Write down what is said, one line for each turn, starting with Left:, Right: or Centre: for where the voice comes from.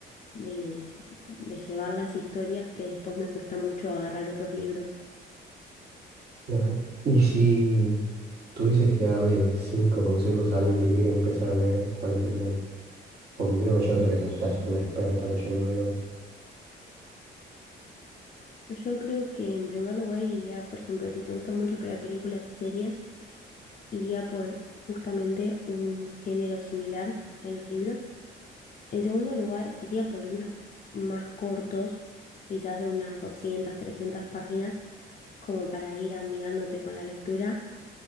Left: de, de llevar las historias que después me cuesta mucho agarrar otros libros.
Right: Claro. Y si tuvieses que darle cinco consejos a alguien que quiere empezar a leer, ¿cuáles serían? porque creo que ya, o sea, que ya, ya sos una experta leyendo, digamos.
Left: Yo creo que en primer lugar iría, por ejemplo, si te gusta mucho pegar películas y series, iría por justamente un género similar en los libros. En segundo lugar, iría por libros más cortos, quizás de unas 200 300 páginas como para ir amigándote con la lectura.